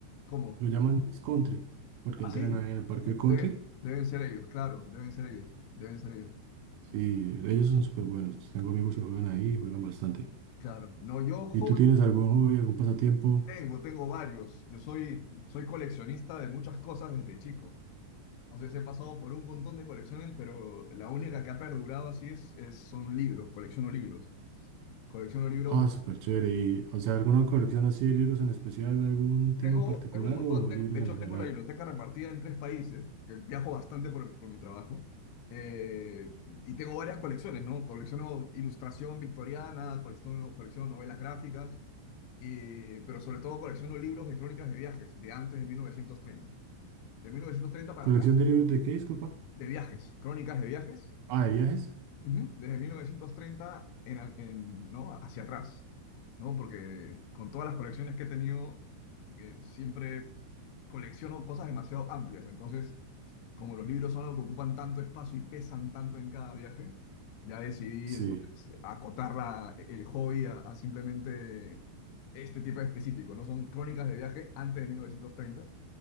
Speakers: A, on the left; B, on the right.
A: ¿Cómo?
B: Lo llaman Miss Country, porque
A: Ah,
B: entrenan
A: sí,
B: ahí en el parque
A: de-
B: del country.
A: deben ser ellos, claro, deben ser ellos, deben ser ellos,
B: Sí, ellos son súper buenos. Tengo amigos que juegan ahí y juegan bastante.
A: claro. No, yo hobbies
B: ¿Y tú tienes algún hobby, algún pasatiempo?
A: tengo, tengo varios, yo soy, soy coleccionista de muchas cosas desde chico. O sea, he pasado por un montón de colecciones, pero la única que ha perdurado así es, es- son libros, colecciono libros. Colecciono libros
B: Ah,
A: de...
B: súper chévere. Y, o sea, ¿alguna colección así de libros en especial, algún tema
A: Tengo,
B: en particular
A: tengo un montón,
B: o
A: tengo-
B: libros
A: de hecho
B: en general?
A: tengo la biblioteca repartida en tres países, que viajo bastante por, por mi trabajo, eh, y tengo varias colecciones, ¿no? Colecciono ilustración victoriana, colecciono, colecciono novelas gráficas, eh, pero sobre todo colecciono libros de crónicas de viajes, de antes de 1930. De 1930 para
B: ¿Colección
A: atrás,
B: de libros de qué, disculpa?
A: de viajes, crónicas de viajes.
B: Ah, de viajes.
A: Ujú, Desde 1930 en, a- en- ¿no? hacia atrás, ¿no? Porque con todas las colecciones que he tenido, eh, siempre colecciono cosas demasiado amplias. Entonces, como los libros son algo que ocupan tanto espacio y pesan tanto en cada viaje, ya decidí
B: Sí,
A: entonces acotar la- el hobby a, a simplemente este tipo específico, ¿no? Son crónicas de viaje antes de 1930